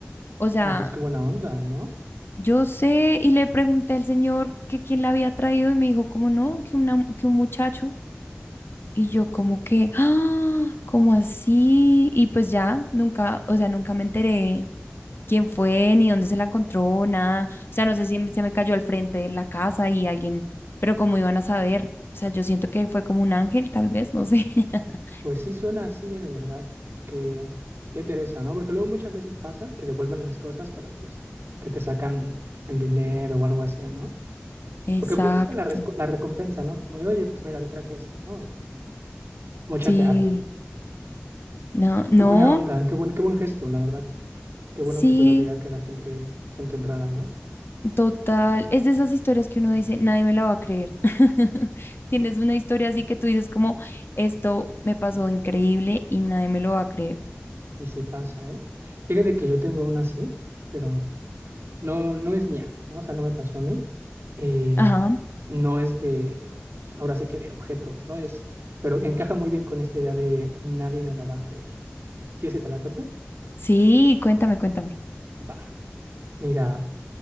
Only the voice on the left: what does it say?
O sea,
Yo sé, y le pregunté al señor que quién la había traído y me dijo, como no, que, una, que un muchacho. Y yo como que, ah, ¿cómo así? Y pues ya, nunca, o sea, nunca me enteré quién fue, ni dónde se la encontró, nada. O sea, no sé si se me cayó al frente de la casa y alguien, pero cómo iban a saber. O sea, yo siento que fue como un ángel, tal vez, no sé. <laughs>
Exacto.
Sí,
no, no,
sí.
Total, es de esas historias que uno dice, nadie me la va a creer. <laughs> Tienes una historia así que tú dices como, esto me pasó increíble y nadie me lo va a creer.
Ajá,
sí, cuéntame, cuéntame.